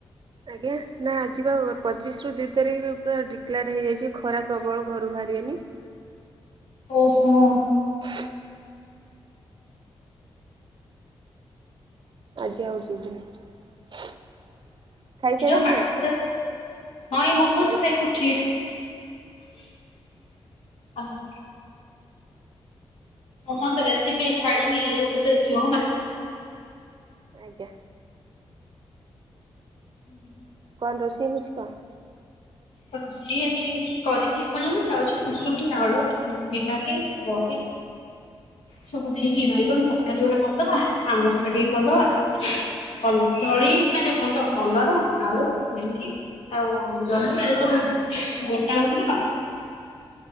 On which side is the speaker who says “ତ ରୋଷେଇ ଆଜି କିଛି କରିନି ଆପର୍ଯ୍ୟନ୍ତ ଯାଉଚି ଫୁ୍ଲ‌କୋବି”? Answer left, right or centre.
Left